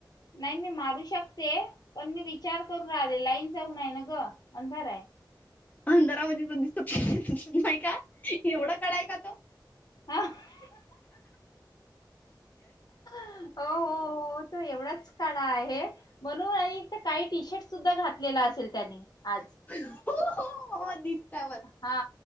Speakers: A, on the left; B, on the left.
A: नाही नाही मारू शकते पण मी विचार करून राहिले लाईन जाऊन आहे ना ग अंधार आहे.
B: अंधारामध्ये दिसत नाही का एवढं काळाय का तो?
A: <unintelligible> हो हो हो तो एवढाच काळा आहे म्हणून आणि काळी टी शर्ट सुद्धा घातलेला असेल त्याने आज
B: हो हो <inaudible>
A: हा